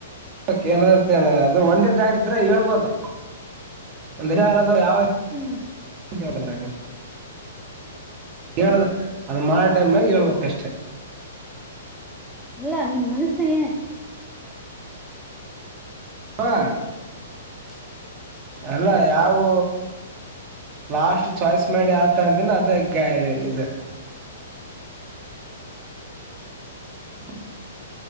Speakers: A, on the right; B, in the centre.
A: <unintelligible> ಅದು ಒಂದೇ ದರಿದ್ರೆ ಹೇಳ್ಬೋದು ಅಂದ್ರೆ ಯಾರದಾರ್ ಯಾವ್.
B: ಹ್ಮ್.
A: ಮುಂಚೆಳ್ಕದ್ರಾಗ. ಹೇಳ್ದೆ ಅದು ಮಾಟದ್ಮಗ್ ಹೇಳ್ಬೇಕಷ್ಟೆ.
B: ಅಲ್ಲಾ ನಿನ್ ಮನಸ್ಸನಾಗೆನಯ್ತ್.
A: ಹಾ.
B: <inaudible>
A: ಅಲ್ಲ ನಾವು. ಲಾಸ್ಟ್ ಚಾಯ್ಸ್ ಮಾಡಿ ಯಾದ್ ತಗಂತಿನ ಅದೇ ಗಾ ಇದು. <inaudible>